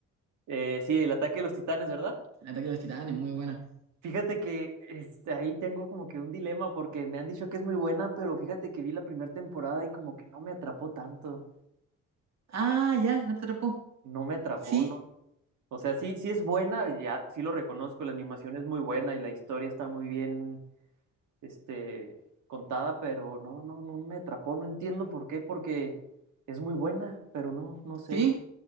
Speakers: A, on the right; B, on the right.
A: Eh, sí, el ataque de los titanes, ¿verdad?
B: El ataque de los titanes, muy buena.
A: Fíjate que este, ahí tengo como que un dilema porque me han dicho que es muy buena, pero fíjate que vi la primera temporada y como que no me atrapó tanto.
B: Ah, ya, no te atrapó.
A: No me atrapó,
B: Sí,
A: O sea, sí, sí es buena, ya, sí lo reconozco, la animación es muy buena y la historia está muy bien, este, contada, pero no, no, no me atrapó, no entiendo por qué, porque es muy buena, pero no, no sé.
B: sí.